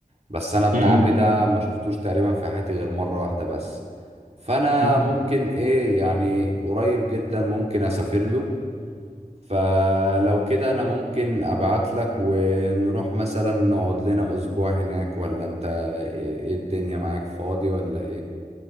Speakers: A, on the right (about 45°); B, on the right (about 65°).
A: بس أنا ابن
B: م-
A: عمي
B: م-
A: ده ما شفتوش تقريبا في حياتي غير مرة واحدة بس فأنا
B: م.
A: ممكن إيه يعني قريب جدا ممكن أسافر له فلو كده انا ممكن ابعت لك ونروح مثلا نقعد لنا اسبوع هناك ولا انت ايه إيه الدنيا معاك فاضي ولا ايه